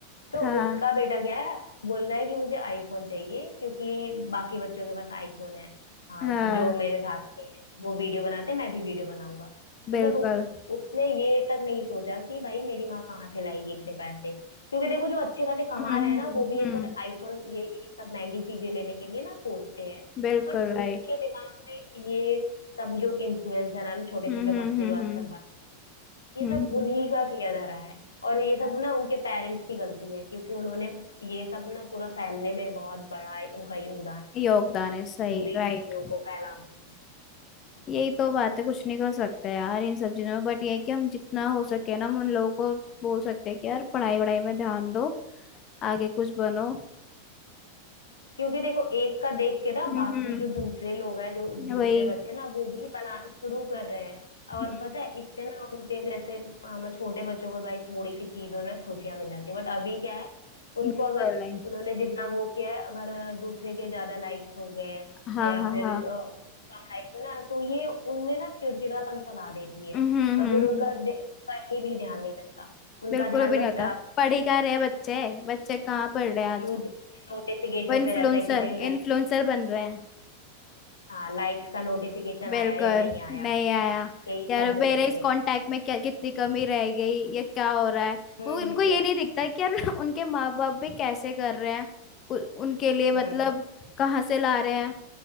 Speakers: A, on the left; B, on the left.
A: तो
B: हाँ
A: उसका बेटा क्या है बोल रहा है कि मुझे आईफोन चाहिए क्योंकि बाकी बच्चों के पास आईफोन है हाँ,
B: हाँ
A: जो मेरे साथ के हैं वो वीडियो बनाते हैं मैं भी वीडियो बनाऊंगा
B: बिल्कुल
A: मतलब उ- उसने ये तक नहीं सोचा कि भाई मेरी माँ कहाँ से लाएगी इतने पैसे क्योंकि देखो जो अच्छे खासे कमा
B: हम्म हम्म
A: रहे हैं ना वो भी एक
B: हम्म,
A: बार आईफोन ये ये सब महंगी चीजें लेने के लिए ना सोचते हैं
B: बिल्कुल
A: बट उसके
B: राइट
A: दिमाग में ये सब जो इन्फ्लुएंसर है ना छोटे
B: हम्म
A: छोटे
B: हम्म
A: बच्चे
B: हम्म
A: जो आजकल
B: हम्म
A: बन ये
B: हम्म,
A: सब
B: हम्म,
A: उन्हीं का किया धरा है और ये
B: हाँ,
A: सब ना उनके पेरेंट्स की गलती है क्योंकि उन्होंने ये सब ना पूरा फैलने में बहुत बड़ा उनका योगदान
B: योगदान
A: है
B: है सही
A: बुरी
B: राइट
A: चीजों को फैला देना
B: यही तो बात है कुछ नहीं कर सकते यार इन सब चीजों में बट ये है कि हम जितना हो सके ना हम उन लोगों को बोल सकते हैं कि यार पढ़ाई वढ़ाई में ध्यान दो आगे कुछ बनो
A: क्योंकि देखो एक का देख के ना
B: हम्म
A: बाकी
B: हम्म,
A: जो दूसरे लोग हैं जो दूसरे
B: वही
A: बच्चे ना वो भी बना शुरू कर रहे हैं और
B: हम्म,
A: पता है इससे ना उनके जैसे हम छोटे बच्चों को भाई थोड़ी सी चीजों में खुशियां मिल जाती है बट अभी क्या है
B: बिल्कुल
A: उनको अगर
B: नहीं
A: उन्होंने जितना वो किया है अगर दूसरे के ज्यादा लाइक्स हो गए
B: हाँ
A: या
B: हाँ
A: फिर
B: हाँ
A: अ, उनके कम लाइक्स हो ना तो ये उनमें ना चिड़चिड़ापन फैला देती है
B: हम्म हम्म
A: और
B: हम्म,
A: फिर
B: हम्म।
A: उनका दे- कहीं भी ध्यान नहीं लगता उनका
B: बिल्कुल
A: ध्यान
B: भी
A: बस
B: नहीं होता पढ़ ही कहाँ रहे बच्चे बच्चे कहाँ पढ़ रहे हैं आजकल
A: यूट्यूब के नोटिफिकेशन
B: वो इन्फ्लुएंसर
A: पे रहता है कि भाई लाइक
B: इन्फ्लुएंसर बन रहे
A: हाँ लाइक्स का नोटिफिकेशन
B: बिल्कुल
A: आया या नहीं आया
B: नहीं आया
A: यही
B: यार
A: सब
B: मेरे
A: देखेंगे
B: इस कांटेक्ट में क्या कितनी कमी रह गई ये क्या हो रहा है
A: हम्म
B: वो उनको
A: हम्म
B: ये नहीं दिखता कि यार <laughs> उनके माँ बाप भी कैसे कर रहे हैं कु- उनके लिए मतलब
A: हम्म हम्म,
B: कहाँ से ला रहे हैं